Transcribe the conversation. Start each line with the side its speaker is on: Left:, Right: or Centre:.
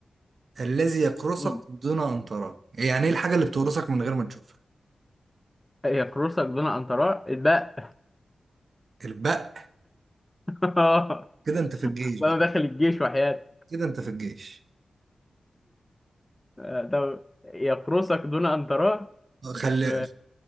Right: الذي يقرصك
Left: مم.
Right: دون أن تراه؟ يعني إيه الحاجة اللي بتقرصك من غير ما تشوفها؟
Left: هي كروسك دون ان تراه اتبقى
Right: البق
Left: <laughs>
Right: كده أنت في الجيش
Left: اصل
Right: بقى
Left: انا داخل الجيش وحياتي
Right: كده أنت في الجيش
Left: آه، طب يقرصك دون ان تراه
Right: آه، خلي
Left: مش